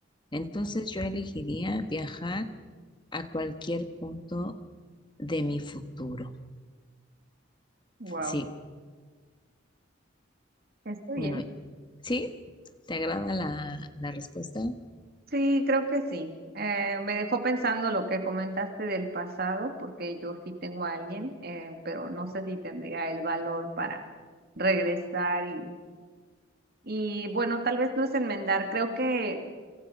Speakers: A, on the left (about 25°); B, on the right (about 50°).
A: Entonces yo elegiría viajar a cualquier punto de mi futuro.
B: Wow,
A: Sí,
B: está bien.
A: bueno, ¿sí? ¿Te agrada la, la respuesta?
B: Sí, creo que sí. Eh, me dejó pensando lo que comentaste del pasado, porque yo sí tengo a alguien, eh, pero no sé si tendría el valor para regresar y, y bueno, tal vez no es enmendar. Creo que